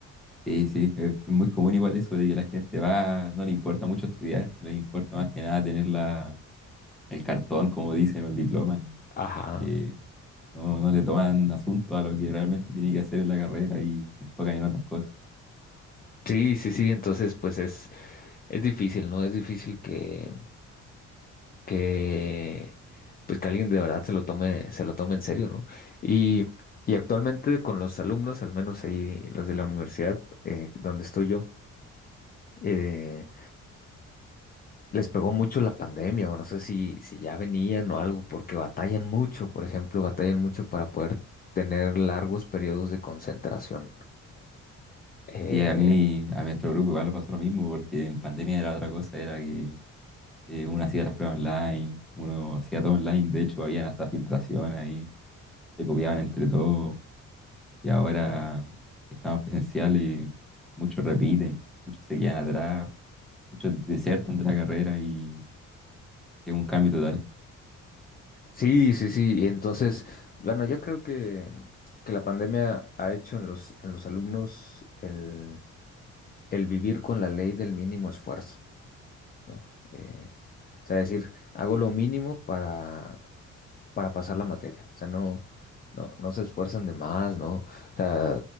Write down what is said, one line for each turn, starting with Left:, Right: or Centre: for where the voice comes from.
Centre: Sí, sí, es muy común igual eso de que la gente va, no le importa mucho estudiar, le importa más que nada tener la, el cartón, como dicen, o el diploma,
Left: Ajá.
Centre: que no, no le toman asunto a lo que realmente tiene que hacer en la carrera y se enfocan en otras cosas.
Left: Sí, sí, sí, entonces pues es, es difícil, ¿no? Es difícil que, que pues que alguien de verdad se lo tome, se lo tome en serio, ¿no? Y, y actualmente con los alumnos, al menos ahí los de la universidad eh, donde estoy yo, eh, les pegó mucho la pandemia, o no sé si, si ya venían o algo, porque batallan mucho, por ejemplo, batallan mucho para poder tener largos periodos de concentración. eh,
Centre: Y a mí, a nuestro grupo igual le pasó lo mismo, porque en pandemia era otra cosa, era que eh, uno hacía las pruebas online, uno hacía todo online, de hecho había hasta filtración ahí, se copiaban entre todos, y ahora estamos presencial y muchos repiten, muchos se quedan atrás muchos desertan de la carrera y es un cambio total.
Left: Sí, sí, sí. Entonces, bueno, yo creo que, que la pandemia ha hecho en los, en los alumnos el, el vivir con la ley del mínimo esfuerzo, ¿no? Eh, o sea, decir, hago lo mínimo para, para pasar la materia. O sea, no, no, no se esfuerzan de más, ¿no? O sea,